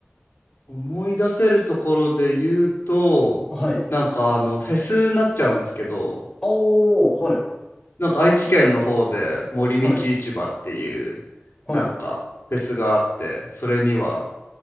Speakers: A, on the left; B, on the left.
A: 思い出せるところで言うと、
B: はい。
A: なんかあの、フェスになっちゃうんですけど、
B: おー、はい。
A: なんか愛知県の方で森道市場っていう、
B: はい。はい。
A: なんかフェスがあって、それには